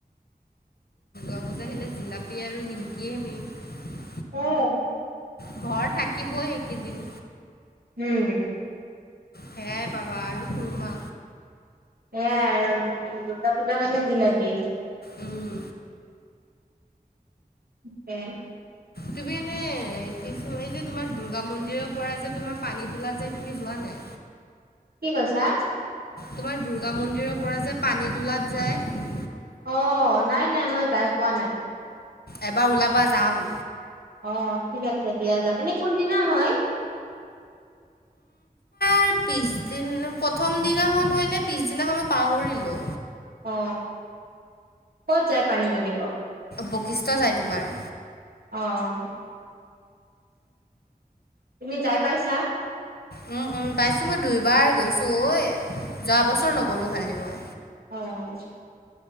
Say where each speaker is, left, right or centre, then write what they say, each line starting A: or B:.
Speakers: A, on the left (about 85°); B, on the right (about 75°).
A: দূৰ্গা পূজা আহিলে জিলাপি আৰু নিমকিয়ে মেইন।
B: ক'ত?
A: ঘৰত থাকিবই সেইকেইদিন।
B: উম।
A: সেয়াই পাবা আৰু সুৰমা।
B: এয়াই আৰু দুৰ্গা পূজা মানে জিলাপী।
A: উম,
B: তাকে।
A: তুমি এনে কি এই যে তোমাৰ দুৰ্গা মন্দিৰৰপৰা যে তোমাৰ পানী তোলাত যাই তুমি যোৱা নাই?
B: <inaudible> কি, কৈছা?
A: তোমাৰ দুৰ্গা মন্দিৰৰপৰা যে পানী তোলাত যায়।
B: অ' নাই নাই, মই যাই পোৱা নাই।
A: এবাৰ ওলাবা যাম।
B: অ' ঠিক আছে দিয়া যাম। এনে কোনদিনা হয়?
A: তাৰ পিছদিন প্ৰথম দিনাখন হয় নে পিছদিনাখন হয় মই পাহৰিলোঁ।
B: অ' ক'ত যায় পানী জ্বলিব?
A: বকিষ্ট যায় তোমাৰ।
B: অ'। তুমি যাই পাইছা?
A: উম, উম, পাইছোঁ মই দুইবাৰ গৈছোঁ। এ, যোৱাবছৰ নগলোঁ খালি মই।
B: অ'।